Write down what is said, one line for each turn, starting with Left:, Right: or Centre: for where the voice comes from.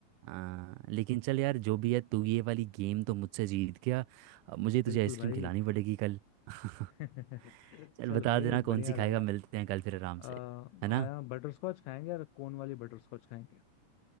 Right: हाँ लेकिन चल यार जो भी है तू ये वाली गेम तो मुझसे जीत गया अब मुझे तुझे
Left: बिल्कुल
Right: आइसक्रीम
Left: भाई
Right: खिलानी पड़ेगी कल <laughs>
Left: <laughs>
Right: चल
Left: चल
Right: बता
Left: भाई
Right: देना
Left: बढ़िया
Right: कौन सी खाएगा
Left: रहेगा
Right: मिलते हैं कल फिर आराम
Left: आ,
Right: से है ना
Left: आया बटर स्कॉच खाएंगे यार कोन वाली बटर स्कॉच खाएंगे